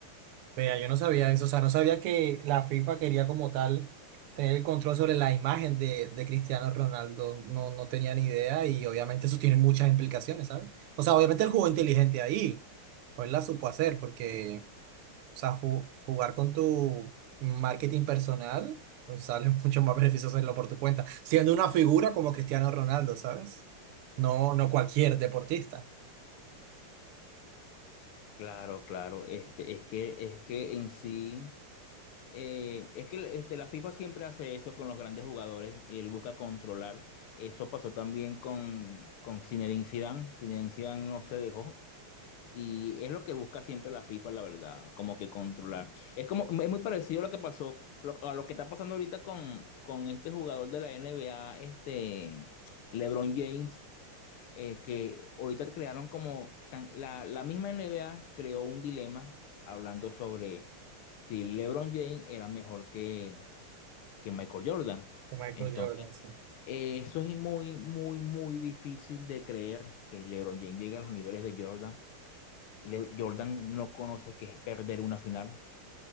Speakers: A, on the right; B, on the left.
A: Vea, yo no sabía eso, o sea, no sabía que la FIFA quería como tal tener el control sobre la imagen de, de Cristiano Ronaldo, no, no tenía ni idea y obviamente eso tiene muchas implicaciones, ¿sabes? O sea, obviamente él jugó inteligente ahí, o él la supo hacer, porque, o sea, ju- jugar con tu marketing personal pues, sale <laughs> mucho más beneficioso hacerlo por tu cuenta, siendo una figura como Cristiano Ronaldo, ¿sabes? No, no cualquier deportista.
B: Claro, claro. Este, es que, es que en sí, eh, es que este, la FIFA siempre hace eso con los grandes jugadores y él busca controlar. Eso pasó también con, con Zinedine Zidane. Zinedine Zidane no se dejó Y es lo que busca siempre la FIFA, la verdad, como que controlar. Es como, es muy parecido a lo que pasó, lo- a lo que está pasando ahorita con, con este jugador de la NBA, este LeBron James, eh, que ahorita crearon como, tan- la, la misma NBA creó un dilema hablando sobre si LeBron James era mejor que, que Michael Jordan.
A: de Michael
B: Entonces,
A: Jordan, sí.
B: eh, eso es muy, muy, muy difícil de creer que LeBron James llegue a los niveles de Jordan le- Jordan no conoce qué es perder una final.